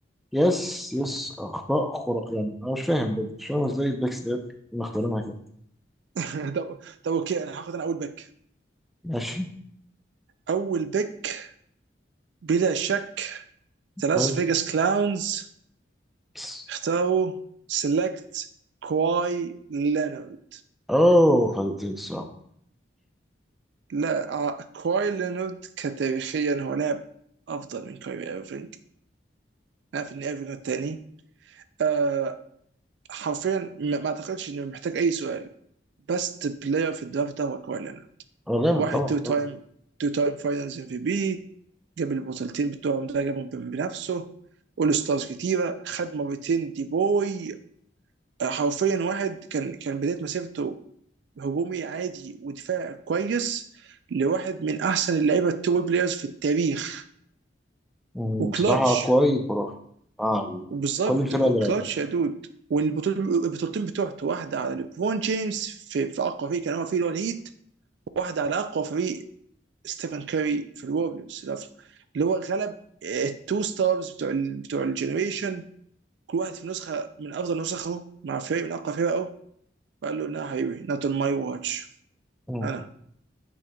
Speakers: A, in the centre; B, on the right.
A: يس يس أخطاء خرق يعني أنا مش فاهم بجد مش فاهم إزاي البيكس ديت مختارينها كده
B: <laughs> طب طب اوكي انا هاخد انا اول بيك
A: ماشي
B: اول بيك بلا شك ذا لاس
A: طيب
B: فيجاس كلاونز
A: بس.
B: اختاروا سيلكت كواي لينارد
A: أوه فايتين الصراحة
B: لا آه، كواي لينارد كتاريخيا هو لاعب افضل من كايري ايرفينج نعرف ان ايرفينج الثاني آه حرفيا ما ما اعتقدش انه محتاج اي سؤال بست بلاير في الدرافت ده هو كواي لينارد
A: هو جامد
B: واحد
A: طبعا
B: تو
A: طبعا
B: تايم تو تايم فاينلز ام في بي جاب البطولتين بتوعهم ده جابهم بنفسه اول ستارز كتيره خد مرتين دي بوي آه، حرفيا واحد كان كان بدايه مسيرته هجومي عادي ودفاع كويس لواحد من احسن اللعيبه التو بلايرز في التاريخ
A: مم،
B: وكلتش
A: بصراحة كويس خرافي آه
B: وبالظبط
A: كل الفرق اللي لعبها
B: كلاتش يا دود والبطولتين البطولتين بتوعته واحده على ليبرون جيمس في, في اقوى فريق كان هو فيه اللي هو الهيت واحده على اقوى فريق ستيفن كاري في الوريورز اللي هو غلب التو ستارز بتوع ال بتوع الجنريشن كل واحد في نسخه من افضل نسخه مع فريق من اقوى فرقه وقال له لا حبيبي نوت اون ماي واتش
A: مم،
B: انا